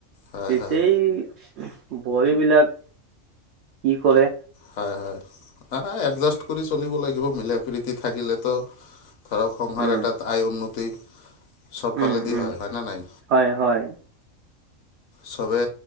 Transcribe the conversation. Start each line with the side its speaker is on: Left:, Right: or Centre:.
Left: হয়
Right: পিছে
Left: হয়
Right: এই বোৱাৰীবিলাক কি কৰে।
Left: হয়, হয়। আঁ এডজাষ্ট কৰি চলিব লাগিব। মিলা-প্ৰীতি থাকিলেতো ধৰক সংসাৰ
Right: উম
Left: এটাত আয় উন্নতি চবফালেদি
Right: উম উম
Left: হয়। হয় নে নাই?
Right: হয় হয়
Left: চবে